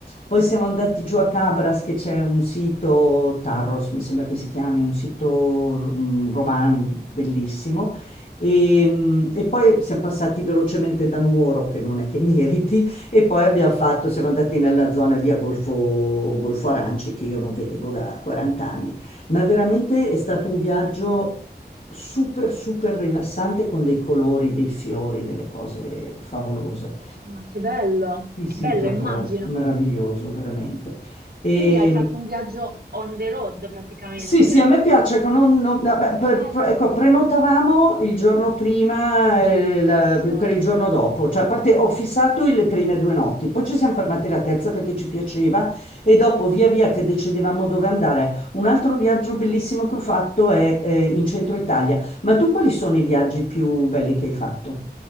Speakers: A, on the left (about 55°); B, on the right (about 70°).
A: Poi siamo andati
B: Che bello.
A: giù a Cabras, che c'è un sito, Tarros mi sembra che si chiami, un sito mm, romano bellissimo. E, mm, e poi siamo passati velocemente da Nuoro, che non è che meriti, <laughs> e poi abbiamo fatto, siamo andati nella zona lì a Golfo, Golfo Aranci, che io non vedevo da 40 anni ma veramente è stato un viaggio super, super rilassante con dei colori, dei fiori, delle cose favolose.
B: Eh, ma che bello,
A: Sì, sì,
B: che bello,
A: proprio
B: immagino.
A: meraviglioso, veramente. E
B: Quindi hai fatto un viaggio on the road praticamente.
A: sì, sì, a me piace, ecco, non- non- vabbè, pre-
B: È
A: pre- ecco, prenotavamo il giorno prima
B: bellissimo,
A: eh, la- per il giorno dopo, cioè a parte, ho fissato le prime due notti, poi ci siamo fermati la terza perché ci piaceva e dopo via via che decidevamo dove andare. Un altro viaggio bellissimo che ho fatto è, eh, in centro Italia, ma tu quali sono i viaggi più belli che hai fatto?